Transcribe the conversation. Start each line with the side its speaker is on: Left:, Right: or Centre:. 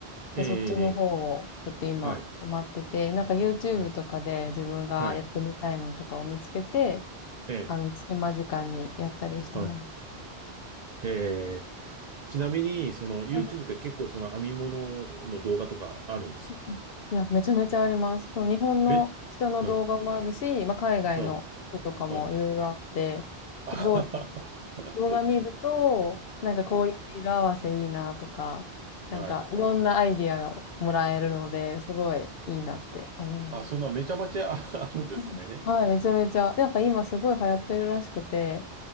Right: ええ、
Left: で、そっちの方をちょっと今待ってて、
Right: ええ、はい。
Left: なんか YouTube
Right: はい。
Left: とかで自分がやってみたいものとかを見つけて、
Right: はい。ええ、
Left: あの、隙間時間にやったりしてます。
Right: はい。ええ、ちなみに、その YouTube
Left: うんうん
Right: って結構その編み物の動画とかあるんですか
Left: うんいや、めちゃめちゃあります。その日本の人の動画もあるし、
Right: め、うん、
Left: まあ、海外の人とかもいろいろあって、
Right: うん、うん。あははは。
Left: すごい動画見ると、なんかこういう色合わせいいなとか、
Right: <laughs>
Left: なんかいろんなアイディアをもらえるので、
Right: ああ、はい。
Left: すごいいいなって思います。
Right: あ、そんなめちゃめちゃあ <laughs> あるんですね。
Left: うんはい、めちゃめちゃ。でやっぱ今すごい流行ってるらしくて、